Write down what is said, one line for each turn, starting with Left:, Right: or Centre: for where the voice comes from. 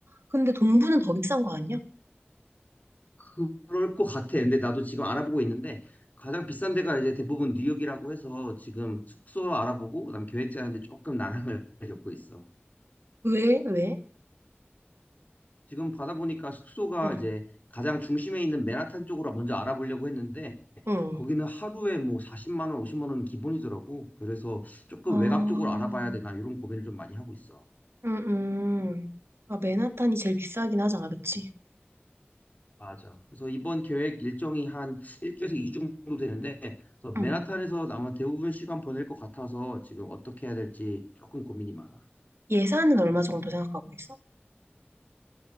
Right: 근데 동부는 더 비싼 거 아니야?
Left: 그- 럴 것 같아. 근데 나도 지금 알아보고 있는데 가장 비싼 데가 이제 대부분 뉴욕이라고 해서 지금 숙소 알아보고 그다음 계획 짜는데 조금 난항을 <laughs> 겪고 있어.
Right: 왜? 왜?
Left: 지금 받아보니까 숙소가
Right: 응,
Left: 이제 가장 중심에 있는 맨하탄 쪽으로 먼저 알아보려고 했는데
Right: 응.
Left: 거기는 하루에 뭐 40만 원, 50만 원은 기본이더라고. 그래서 조금
Right: 아,
Left: 외곽 쪽으로 알아봐야 되나 이런 고민을 좀 많이 하고 있어.
Right: 응, 응. 아, 맨하탄이 제일 비싸긴 하잖아, 그치?
Left: 맞아. 그래서 이번 계획 일정이 한 일주에서 이주 정도 되는데, 그래서
Right: 응.
Left: 맨하탄에서 아마 대부분 시간 보낼 것 같아서 지금 어떻게 해야 될지 조금 고민이 많아.
Right: 예산은 얼마 정도 생각하고 있어?